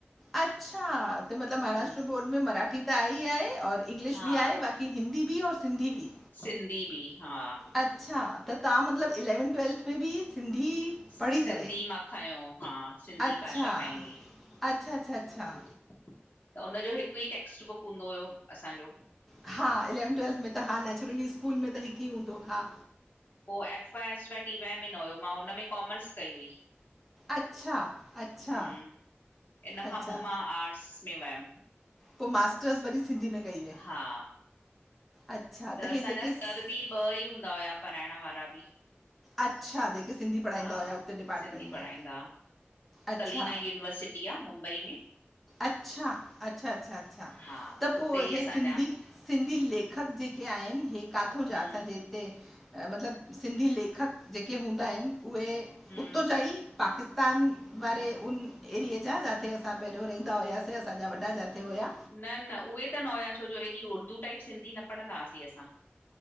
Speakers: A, in the centre; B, on the left.
A: अच्छा उते मतलब महाराष्ट्र
B: हम्म
A: बोर्ड में मराठी त आहे ही आहे और इंग्लिश
B: हा
A: बि आहे बाक़ी की हिंदी बि और सिंधी बि।
B: सिंधी बि हा।
A: अच्छा त तव्हां मतलब इलैवं ट्वैेल्थ में बि सिंधी
B: सिंधी
A: पढ़ी अथव?
B: मां खयो हो सिंधी
A: अच्छा,
B: भाषा खई हुई।
A: अच्छा, अच्छा, अच्छा।
B: त हुनजो हिकु ही टेक्स्ट बुक हूंदो हुयो असांजो।
A: हा इलेवन ट्वेल्थ में त, हा नैचुरली स्कूल में त हिक ही हूंदो, हा।
B: पोइ F आाए F Y T Y में न हुयो मां हुनन में कॉमर्स कई हुई।
A: अच्छा, अच्छा,
B: हम्म इन
A: अच्छा,
B: खां पो, मां आर्ट्स में वयम।
A: पो मास्टर्स वरी सिंधी में कई हुई?
B: हा
A: अच्छा,
B: त
A: हे
B: असांजा
A: जेके
B: सर
A: स-
B: बि ॿ ही हूंदा हुया पढ़ाइण वारा बि।
A: अच्छा जेके सिंधी पढ़ाईंदा
B: हा
A: हुआ हुते डिपार्टमेंट
B: सिंधी
A: में।
B: पढ़ाईंदा हा
A: अच्छा,
B: कलीना यूनिवर्सिटी आ मुंबई में।
A: अच्छा अच्छा अच्छा अच्छा
B: हा
A: त पो
B: उते ई
A: हे
B: असांजा
A: सिंधी सिंधी लेखक जेके आहिनि हे काथों जा
B: हम्म
A: असांजे हिते मतलब सिंधी लेखक जेके हूंदा आहिन उहे
B: हम्म
A: उतो जा ई पाकिस्तान, वारे उन एरिए जा, जाते असां पहि रौं, रहींदा हुयासे असांजा वॾा जाथे हुया।
B: न न उहे त न हुया, छो जो एॾी उर्दू टाइप सिंधी न पढ़दां हासीं असां।